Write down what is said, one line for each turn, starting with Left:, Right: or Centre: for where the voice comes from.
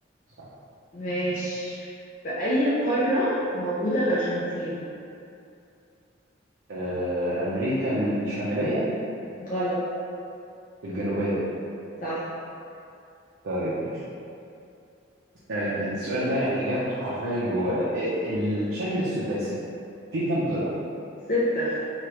Right: صح
Left: ماشي في أي قارة موجودة الأرجنتين؟
Right: آه امريكا الشمالية
Left: غلط
Right: الجنوبية
Left: صح
Right: طيب ماشي آه، السؤال ده يعني إجابته حرفيا جواه إيه- الشكل السداسي فيه كام ضلع؟
Left: ستة